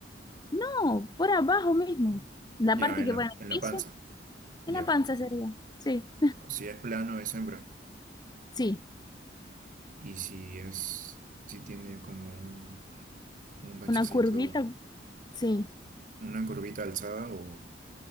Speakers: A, on the left (about 25°); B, on the right (about 50°).
A: No, por abajo mismo, la
B: Ya,
A: parte
B: en
A: que
B: la,
A: va en el
B: en
A: piso,
B: la panza.
A: en
B: Ya.
A: la panza sería, sí,
B: Si es plano, es hembra.
A: sí,
B: Y si es, si tiene como un, un bachecito,
A: una curvita, sí.
B: una curvita alzada o,